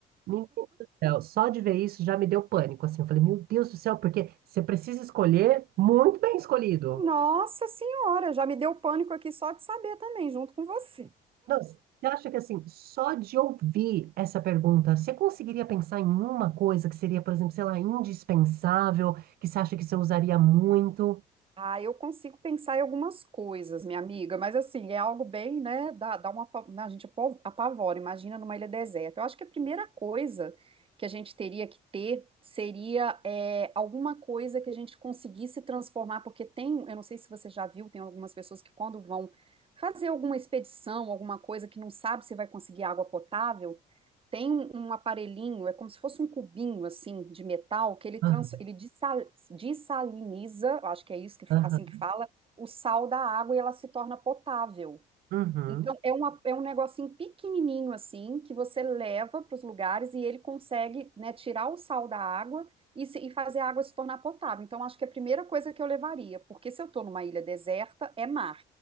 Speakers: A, on the right; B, on the right.
A: Meu Deus do céu, só de ver isso já me deu pânico, assim. Eu falei, meu Deus do céu, porque você precisa escolher muito bem escolhido.
B: Nossa Senhora, já me deu pânico aqui só de saber também, junto com você.
A: Não, você acha que assim, só de ouvir essa pergunta, você conseguiria pensar em uma coisa que seria, por exemplo, sei lá, indispensável, que você acha que você usaria muito?
B: Ah, eu consigo pensar em algumas coisas, minha amiga, mas assim, é algo bem, né? Dá, dá uma, apa- a gente apo- apavora, imagina numa ilha deserta. Eu acho que a primeira coisa que a gente teria que ter seria é, alguma coisa que a gente conseguisse transformar, porque tem, eu não sei se você já viu, tem algumas pessoas que quando vão fazer alguma expedição, alguma coisa que não sabe se vai conseguir água potável, tem um um aparelhinho, é como se fosse um cubinho assim de metal que ele trans,
A: Aham,
B: ele dessal- dessaliniza, eu acho que é isso que
A: aham,
B: assim que fala, o sal da água e ela se torna potável.
A: uhum,
B: Então, é, uma, é um negocinho pequenininho assim, que você leva para os lugares e ele consegue, né, tirar o sal da água e, se- e fazer a água se tornar potável. Então, acho que é a primeira coisa que eu levaria, porque se eu estou numa ilha deserta, é mar.